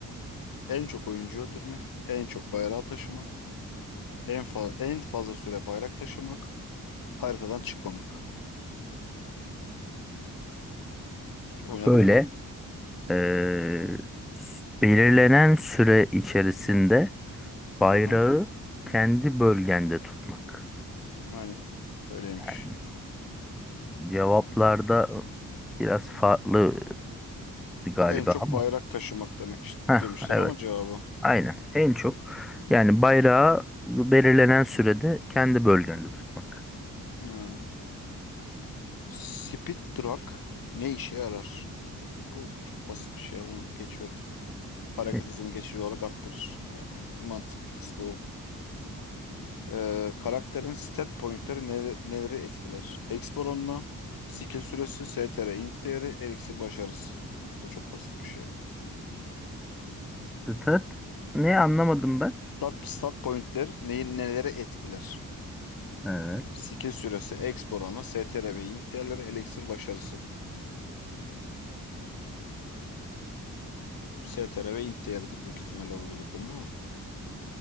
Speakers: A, on the left (about 80°); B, in the centre.
A: En çok oyuncu öldürmek, en çok bayrağı taşımak, en, fa en fazla süre bayrak taşımak, haritadan çıkmamak. Şu, oynadın
B: Böyle
A: mı?
B: Ee, belirlenen süre içerisinde bayrağı
A: Hı hı.
B: kendi bölgende tutmak.
A: Aynen. Öyleymiş.
B: Yani cevaplarda biraz farklı galiba
A: En çok
B: ama.
A: bayrak taşımak demek iş-
B: Heh,
A: demişler
B: evet,
A: ama cevabı.
B: aynen. En çok yani bayrağı belirlenen sürede kendi bölgende tutmak.
A: Ya. Speed Truck ne işe yarar? Bu, bu çok basit bir şey. Bunu geçiyorum. Hareket
B: E,
A: hızını geçici olarak arttırır. Yani mantıklısı da o. Ee, karakterin stat pointleri ne- neleri etkiler? Exp oranını, skill süresi, STR, int değeri, elixir başarısı. Bu da çok basit bir şey ya.
B: Stat ne anlamadım ben?
A: Stat, stat pointler neyi, neleri etkiler?
B: Evet.
A: Skill süresi, exp oranı, STR ve int değerleri, elixir başarısı. STR ve int değeridir büyük ihtimalle oldu zaten değil mi?